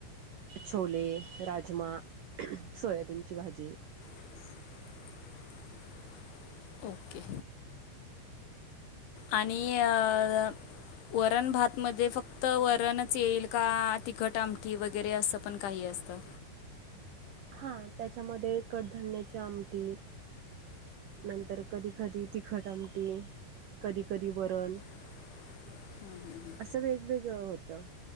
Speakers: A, on the right (about 65°); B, on the left (about 80°).
A: छोले, राजमा, सोयाबीनची भाजी
B: <inaudible> ओके आणि अं वरण भातमध्ये फक्त वरणच येईल का तिखट आमटी वगैरे असं पण काही असतं?
A: हा त्याच्यामध्ये कडधन्याची आमटी नंतर कधी कधी तिखट आमटी कधी कधी वरण
B: हम्म हम्
A: असं वेगवेगळं होतं